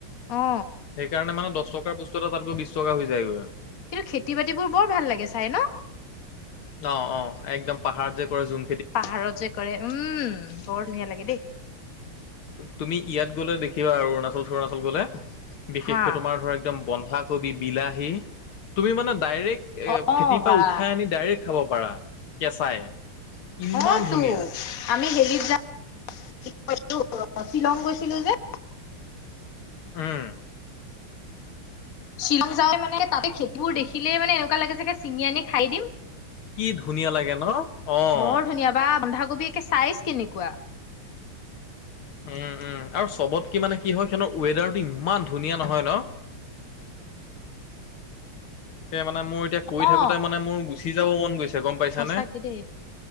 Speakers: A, on the left; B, on the left.
A: অ
B: সেইকাৰণে মানে দহ টকাৰ বস্তু এটা তাতগৈ বিছ টকা হৈ যায়গৈ
A: কিন্তু খেতি বাতিবোৰ বৰ ভাল লাগে চাই ন
B: অ অ একদম পাহাৰত যে কৰে যোন
A: পাহাৰত যে কৰে উম বৰ ধুনীয়া লাগে দেই
B: তুমি ইয়াত গ'লে দেখিবা আৰু অৰুণাচল চৰুণাচল গ'লে বিশেষকৈ
A: হা
B: তোমাৰ ধৰা একদম বন্ধাকবি বিলাহী তুমি মানে ডাইৰেক্ট এ
A: অ
B: খেতিৰ
A: বা
B: পৰা উঠাই আনি ডাইৰেক্ট খাব পাৰা কেঁচাই ইমান
A: অ তো
B: ধুনীয়া
A: আমি হেৰিত যাম কি কয় এইটো শ্বিলং গৈছিলো যে
B: উম
A: শ্বিলং যায় মানে তাতে খেতিবোৰ দেখিলেই মানে এনেকুৱা লাগে যেন চিঙি আনি খাই দিম
B: কি ধুনীয়া লাগে ন অ
A: বৰ ধুনীয়া বা বন্ধাকবিৰ একে চাইজ কেনেকুৱা
B: উম উম আৰু চবতকে মানে কি হয় হেনো ৱেডাৰটো ইমান ধুনীয়া নহয় ন এ মানে মোৰ এতিয়া কৈ
A: অ
B: থাকোতে মানে মোৰ গুচি যাব মন গৈছে গম পাইছানে?
A: সঁচাকে দেই